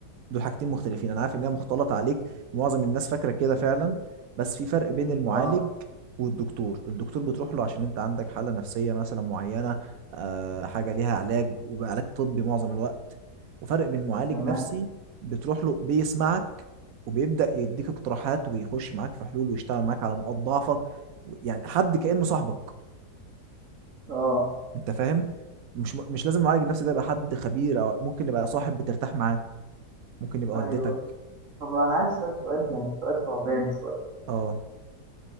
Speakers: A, on the right; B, on the right.
A: دول حاجتين مختلفين انا عارف ان هي مختلطه عليك معظم الناس فاكره كده فعلا بس في فرق بين المعالج
B: أه
A: والدكتور الدكتور بتروح له عشان انت عندك حاله نفسيه مثلا معينه آه حاجه ليها علاج وعلاج طبي معظم الوقت وفرق بين معالج
B: تمام
A: نفسي بتروح له بيسمعك وبيبدا يديك اقتراحات ويخش معاك في حلول ويشتغل معاك على نقاط ضعفك يعني حد كانه صاحبك
B: أه
A: انت فاهم مش مش لازم المعالج النفسي ده يبقى حد خبير او ممكن يبقى صاحب بترتاح معاه ممكن يبقى
B: أيوه
A: والدتك
B: طب أنا عايز أسأل سؤال يعني سؤال صعباني شوية
A: اه